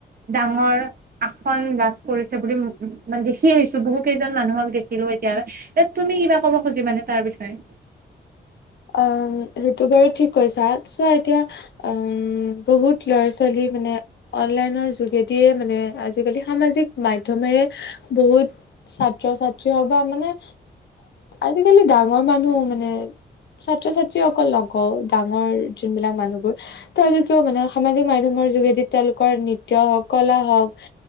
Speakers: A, on the right; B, on the left.
A: ডাঙৰ আসন লাভ কৰিছে বুলি, মানে দেখি আহিছো, বহুত কেইজন মানুহক দেখিলো এতিয়ালৈ, এ, তুমি কিবা ক'ব খুজিবা নে তাৰ বিষয়ে?
B: অম সেইটো বাৰু ঠিক কৈছা, চোৱা এতিয়া উম, বহুত ল'ৰা ছোৱালী মানে অনলাইনৰ যোগেদিয়ে মানে, আজিকালি সামাজিক মাধ্যমেৰে বহুত ছাত্ৰ-ছাত্ৰী হওক বা মানে আজিকালি ডাঙৰ মানুহও মানে ছাত্ৰ ছাত্ৰী অকল নকওঁ, ডাঙৰ যোনবিলাক মানুহবোৰ তেওঁলোকেও মানে সামাজিক মাধ্যমৰ যোগেদি, তেওঁলোকৰ নৃত্য হওঁক, কলা হওঁক